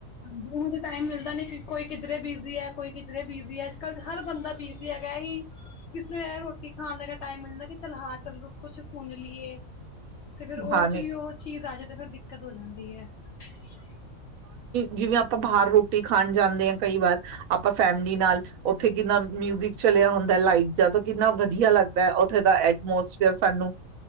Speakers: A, on the left; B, on the right.
A: ਹਾਂਜੀ ਉਹੀ ਤੇ ਟਾਈਮ ਮਿਲਦਾ ਨੇ ਕਿ ਕੋਈ ਕਿੱਧਰੇ ਬਿਜੀ ਹੈ ਕੋਈ ਕਿਧਰੇ ਬਿਜੀ ਹੈ ਅੱਜ ਕੱਲ ਹਰ ਬੰਦਾ ਬਿਜੀ ਹੈਗਾ ਇਹੀ ਕਿਸੇ ਰੋਟੀ ਖਾਣ ਲ ਟਾਈਮ ਮਿਲਦਾ ਕਿ ਚੱਲ ਹਾਂ ਚੱਲ ਕੁਛ ਸੁਣ ਲਈਏ ਤੇ ਫੇਰ ਉਸ
B: ਹਾਂ ਨਹੀਂ
A: ਚ ਵੀ ਉਹ ਚੀਜ਼ ਆ ਜਾਵੇ ਤਾਂ ਫਿਰ ਦਿੱਕਤ ਹੋ ਜਾਂਦੀ ਹੈ। <inaudible>
B: ਜਿਵੇਂ ਆਪਾਂ ਬਾਹਰ ਰੋਟੀ ਖਾਣ ਜਾਂਦੇ ਹਾਂ । ਕਈ ਵਾਰ ਆਪਾਂ ਫੈਮਲੀ ਨਾਲ ਉੱਥੇ ਕਿੰਨਾ ਮਿਊਜਿਕ ਚਲਿਆ ਹੁੰਦਾ ਲਾਈਟ ਜਾ । ਕਿੰਨਾ ਵਧੀਆ ਲੱਗਦਾ ਹੈ ਉਥੇ ਦਾ ਐਟਮੋਸਫੇਅਰ ਸਾਨੂੰ।